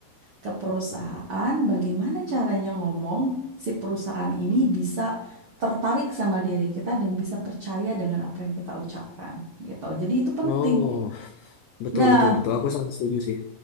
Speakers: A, on the right (about 70°); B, on the left (about 90°).
A: ke perusahaan, bagaimana caranya ngomong si perusahaan ini bisa tertarik sama diri kita dan bisa percaya dengan apa yang kita ucapkan gitu. Jadi itu penting.
B: Oh, betul,
A: Nah,
B: betul, betul. Aku sangat setuju sih.